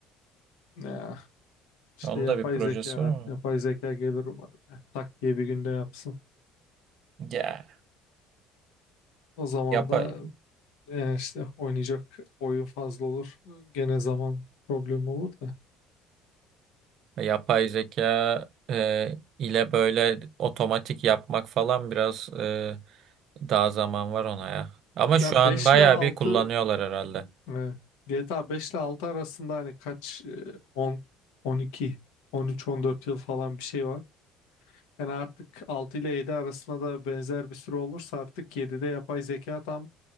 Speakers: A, on the left; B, on the right.
A: Ya, işte
B: Onun
A: yapay
B: da bir projesi
A: zeka,
B: var ama.
A: yapay zeka gelir umarım. Ya, tak diye bir günde yapsın.
B: Ya.
A: O zaman
B: Yapay,
A: da e, işte oynayacak oyun fazla olur. Gene zaman problemi olur da.
B: yapay zeka e, ile böyle otomatik yapmak falan biraz e, daha zaman var ona ya. Ama
A: Ya
B: şu an
A: 5
B: bayağı
A: ile 6
B: bir kullanıyorlar herhalde.
A: Evet. GTA 5 ile 6 arasında hani kaç e, on on iki, on üç on dört yıl falan bir şey var. Yani artık 6 ile 7 arasında da benzer bir süre olursa artık yedide yapay zeka tam